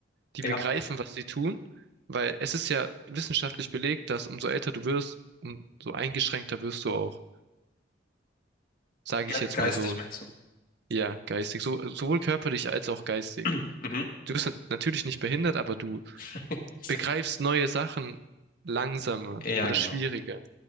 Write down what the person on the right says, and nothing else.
die
begreifen, was sie tun, weil es ist ja wissenschaftlich belegt, dass umso älter du wirst, umso eingeschränkter wirst du auch, sage
ich jetzt
mal so.
Ja, geistig, so, sowohl körperlich als auch geistig.
Du bist natürlich nicht behindert, aber du
begreifst neue Sachen langsamer
oder
schwieriger.